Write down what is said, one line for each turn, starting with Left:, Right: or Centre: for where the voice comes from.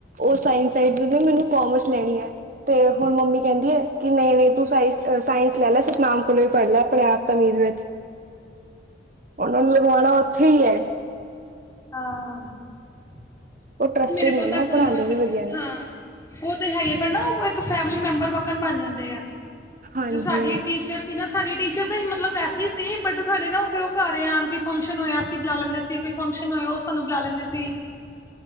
Right: ਉਹ ਸਾਇ ਸ ਮੈਨੂੰ ਕਾਮਰਸ ਲੈਣੀ ਹੈ ਤੇ ਹੁਣ ਮੰਮੀ ਕਹਿੰਦੀ ਹੈ ਕਿ ਨਹੀਂ ਨਹੀਂ ਤੂੰ ਸਾਇ ਸਾਇੰਸ ਲੈ ਲੈ ਸਤਨਾਮ ਕੋਲੋਂ ਵੀ ਪੜ੍ਹ ਲੈ ਆਪਣੇ ਆਪ ਤਮੀਜ਼ ਵਿੱਚ ਉਹਨਾਂ ਨੂੰ ਲਗਵਾਉਣਾ ਉੱਥੇ ਹੀ ਹੈ
Left: ਹਾਂ
Right: ਉਹ ਟਰਸਟਡ
Left: ਮੇਰੇ ਕੋਲ
Right: ਨੇ
Left: ਤੱਕ
Right: ਨਾ ਉਹ
Left: ਕੋਮਾ
Right: ਪੜ੍ਹਾਉਂਦੇ
Left: ਸੀ
Right: ਵੀ ਵਧੀਆ ਨੇ
Left: ਹਾਂ ਉਹ ਤੇ ਹੈਗੇ ਪਰ ਨਾ ਉਹ ਇੱਕ ਫੈਮਿਲੀ ਮੈਂਬਰ ਵਾਕਣ ਬਣ ਜਾਂਦੇ ਆ
Right: ਹਾਂਜੀ
Left: ਜੋ ਸਾਡੀ
Right: ਹਮ
Left: ਟੀਚਰ ਸੀ ਨਾ ਸਾਡੇ ਟੀਚਰ ਤਾਂ ਹੀ ਮਤਲਬ ਵੈਸੇ ਹੀ ਸੀ ਬਟ ਸਾਡੇ ਨਾ ਉ ਫੇ ਉਹ ਘਰ ਆਉਣ ਕੋਈ ਫੰਕਸ਼ਨ ਹੋਇਆ ਸੀਂ ਬੁਲਾ ਲੈਂਦੇ ਸੀ ਕੋਈ ਫੰਕਸ਼ਨ ਹੋਇਆ ਉਹ ਸਾਨੂੰ ਬੁਲਾ ਲੈਂਦੀ ਸੀ